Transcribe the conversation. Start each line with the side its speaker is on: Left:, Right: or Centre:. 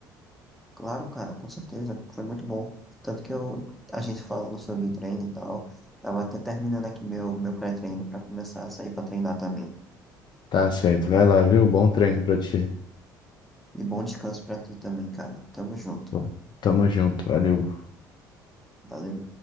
Centre: Claro, cara, com certeza, foi muito bom. Tanto que eu, a gente falando sobre treino e tal, tava até terminando aqui meu, meu pré-treino pra começar a sair pra treinar também.
Left: Tá certo, vai lá, viu? Bom treino pra ti.
Centre: E bom descanso pra ti também, cara. Tamo junto.
Left: Bom, tamo junto, valeu.
Centre: Valeu.